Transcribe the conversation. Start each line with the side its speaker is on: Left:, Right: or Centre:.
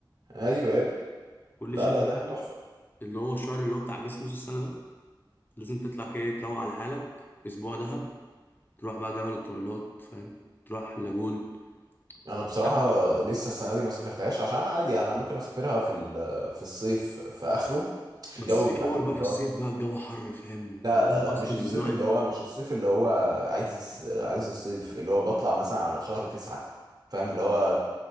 Right: أيوة يا ابني
Left: كل
Right: لا
Left: شتاء
Right: لا دهب
Left: كده
Right: تحفة
Left: اللي هو الشهر اللي هو بتاع جسم نص السنه ده لازم تطلع كده تروق على حالك اسبوع دهب تروح بقى جبل الطويلات فاهم تروح لاجون
Right: أنا بصراحة
Left: لا
Right: لسه السنة دي ما سافرتهاش عشان عادي يعني أنا ممكن أسافرها في ال- في الصيف في آخره
Left: بس
Right: الجو
Left: في
Right: بيبقى
Left: حوار
Right: حلو
Left: بقى
Right: اللي
Left: في الصيف
Right: هو
Left: بقى الجو حر فاهم
Right: لا
Left: وده
Right: لا لا
Left: اصلا
Right: مش
Left: من
Right: الصيف
Left: النوع
Right: اللي
Left: اللي
Right: هو مش الصيف اللي هو عايز الس- عايز الصيف اللي هو بطلع مثلا على شهر تسعة فاهم اللي هو